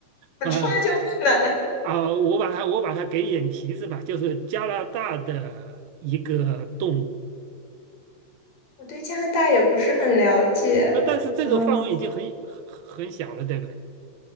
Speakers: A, on the left; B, on the right.
A: 不出来就不难。
B: 啊啊、我把它我把它给一点提示吧，就是加拿大的一个动物
A: 我对加拿大也不是很了解，
B: 啊，但是这个范围已经很很很小了，
A: 嗯，
B: 对不对？